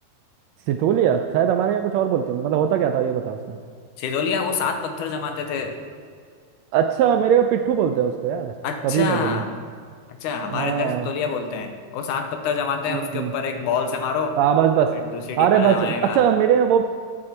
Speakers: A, on the right (about 80°); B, on the left (about 80°).
A: सिटोलिया शायद हमारे यहाँ कुछ और बोलते होंगे मतलब होता क्या था ये बताओ उसमें
B: सितोलिया वो सात पत्थर जमाते थे
A: अच्छा मेरे यहाँ पिट्ठू बोलते हैं उसको यार
B: अच्छा
A: तभी मैं बोलूँ
B: अच्छा हमारे
A: हाँ
B: इधर सितोलिया बोलते हैं वो सात पत्थर जमाते
A: हम्म
B: हैं उसके ऊपर एक बॉल से मारो
A: हाँ बस बस
B: फिर दूसरी टीम
A: अरे
B: वाला
A: बस
B: जमाएगा
A: अच्छा मेरे यहाँ वो पिट्ठू